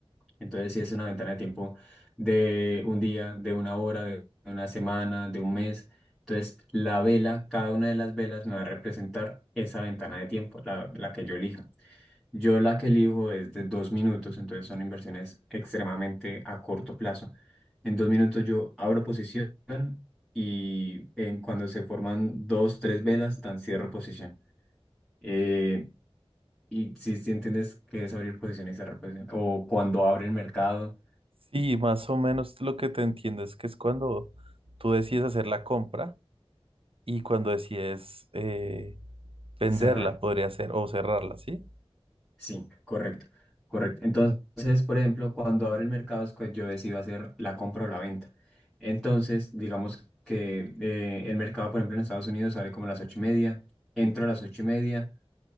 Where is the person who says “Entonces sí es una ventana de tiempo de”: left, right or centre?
Centre